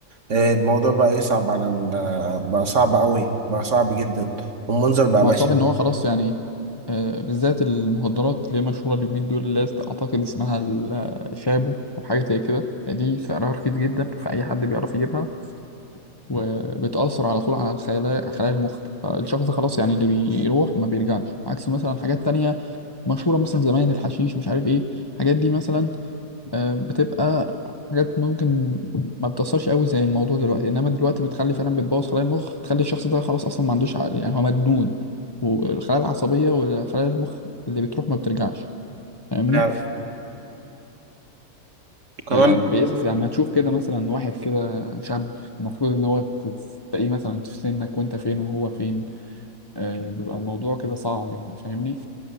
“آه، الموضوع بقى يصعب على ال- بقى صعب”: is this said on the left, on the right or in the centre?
Right